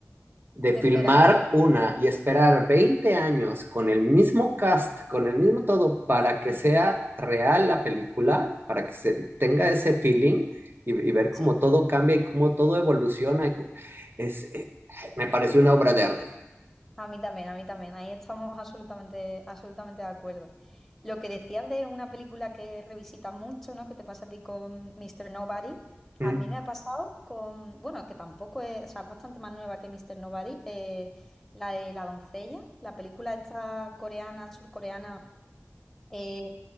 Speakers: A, on the right; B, in the centre.
A: de
B: de
A: filmar
B: esperar.
A: una y esperar 20 años con el mismo cast, con el mismo todo, para que
B: Sí,
A: sea
B: sí,
A: real la película, para que se tenga ese feeling y, y ver cómo
B: sí.
A: todo cambia y cómo todo evoluciona. Es, eh, me pareció una obra de arte.
B: A mí también, a mí también. Ahí estamos absolutamente, absolutamente de acuerdo. Lo que decías de una película que revisitas mucho, ¿no? Que te pasa a ti con Mr. Nobody.
A: Mm,
B: A mí me ha pasado con, bueno, que tampoco es, o sea, es bastante más nueva que Mr. Nobody, eh, la de La doncella, la película esta coreana, surcoreana, eh,